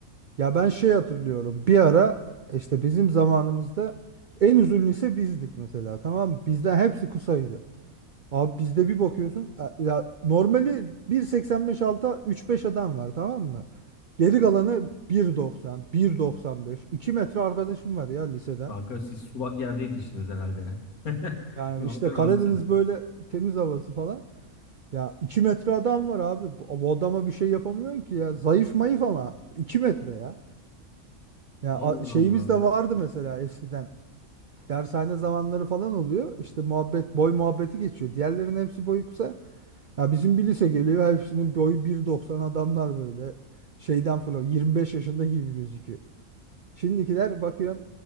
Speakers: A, on the right; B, on the left.
A: Ya ben şey hatırlıyorum. Bir ara işte bizim zamanımızda en uzun lise bizdik mesela tamam mı? Bizden hepsi kısaydı. Abi bizde bir bakıyorsun e, ya normali 1.85 alta 3.5 adam var tamam mı? Geri kalanı 1.90, 1.95, 2 metre arkadaşım var ya liseden.
B: Kanka siz sulak yerde yetiştiniz herhalde ya. <laughs>
A: Yani
B: Ne yapıyorsun
A: işte Karadeniz
B: abi sen?
A: böyle temiz havası falan. Ya 2 metre adam var abi. Bu, bu adama bir şey yapamıyorsun ki ya. Zayıf mayıf ama 2 metre ya. Ya
B: Allah
A: a- şeyimiz
B: Allah.
A: de vardı mesela eskiden. Dershane zamanları falan oluyor. İşte muhabbet boy muhabbeti geçiyor. Diğerlerinin hepsi boyu kısa. Ya bizim bir lise geliyor. Hepsinin boyu 1.90 adamlar böyle. Şeyden falan 25 yaşında gibi gözüküyor. Şimdikiler bakıyorsun